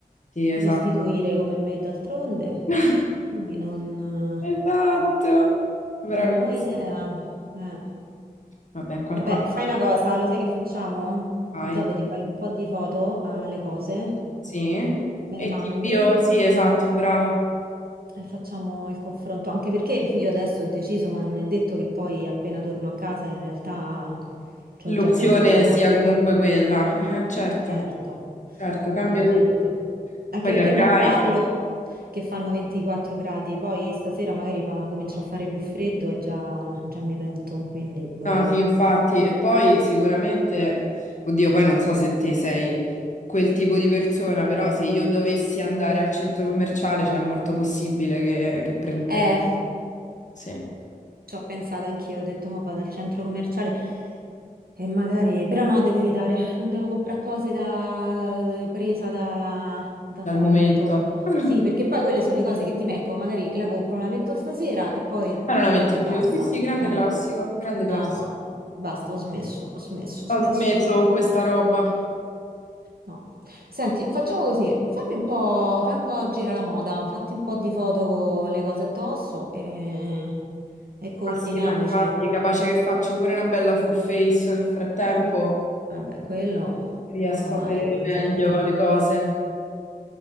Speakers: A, on the left; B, on the right.
A: Sì, esatto.
B: restituire come me d'altronde.
A: <laughs>
B: E quindi non,
A: Esatto, bravissimo.
B: non ho idea. Eh.
A: Vabbè, qualcosa
B: Vabbè, fai una cosa, lo sai che facciamo?
A: fai.
B: Dopo ti fai un po' di foto alle cose,
A: Sì.
B: me
A: E
B: le mandi
A: tipo, sì, esatto, brava.
B: E facciamo il confronto, anche perché <laughs> io adesso ho deciso, ma non è detto che poi appena torno a casa in realtà ci
A: L'opzione
B: ho già cambiato idea.
A: sia comunque quella. <laughs> Eh, Certo,
B: Certo,
A: certo, cambia
B: ovviamente.
A: tutto.
B: Anche
A: Poi
B: perché
A: capirai.
B: mo parlo che fanno 24 gradi, poi stasera magari fa- comincia a fare più freddo e già, già mi pento, quindi boh.
A: No, sì, infatti, e poi sicuramente, oddio, poi non so se te sei quel tipo di persona, però se io dovessi andare al centro commerciale, cioè è molto possibile che, che prenderei,
B: Eh,
A: sì,
B: Ci ho pensato anch'io, ho detto, ma vado al centro commerciale e magari, però no, devo evitare, non devo comprare cose da... presa da- dal
A: dal
B: momento.
A: momento. <clears throat>
B: Sì, perché poi quelle sono le cose che ti ecco, magari la compro, la metto stasera e poi
A: Ma non la metti
B: basta.
A: più? Sì, sì, grande
B: Eh.
A: classico, grande classico.
B: No, no, no. basta, ho smesso, ho smesso, ho smesso.
A: Ho smesso con questa roba.
B: No. Senti, facciamo così, fammi un po', fai un po' gira la moda, fatti un po' di foto con le cose addosso e, e coordiniamoci.
A: Ah sì, ma infatti, capace che faccio pure una bella full face, nel frattempo
B: Vabbè, quello
A: riesco
B: ormai
A: a vedere
B: lo
A: meglio
B: sappiamo.
A: le cose.